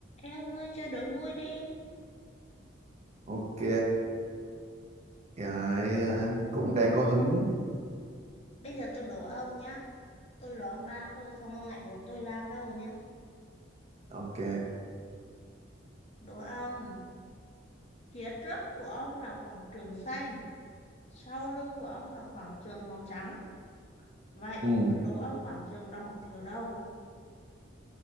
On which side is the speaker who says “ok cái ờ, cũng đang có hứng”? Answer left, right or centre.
Right